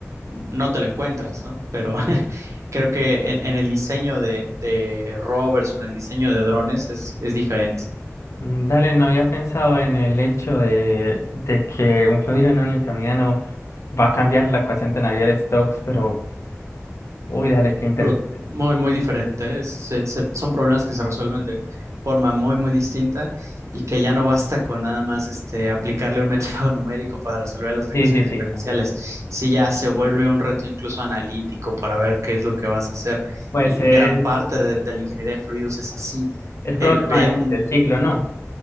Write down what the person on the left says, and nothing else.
mm, dale, no había pensado en el hecho de, de que un fluido no newtoniano va a cambiar la ecuación de Navier-Stokes, pero, uy, dale, qué interesante.
Sí, sí,
sí, dale.
Pues
es.
Es problema
de-
del ciclo, ¿no?